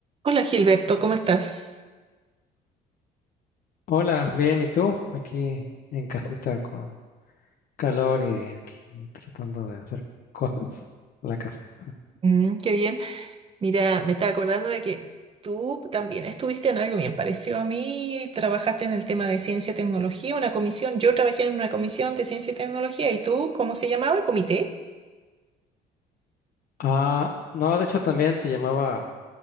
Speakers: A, on the right; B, on the left.
A: Hola Gilberto, ¿cómo estás?
B: Hola, bien, ¿y tú? Aquí en casita con calor y aquí tratando de hacer cosas en la casa.
A: Mm, qué bien. Mira, me estaba acordando de que tú también estuviste en algo bien parecido a mí, trabajaste en el tema de ciencia y tecnología, una comisión, yo trabajé en una comisión de ciencia y tecnología, ¿y tú cómo se llamaba? ¿Comité?
B: Ah, no, de hecho también se llamaba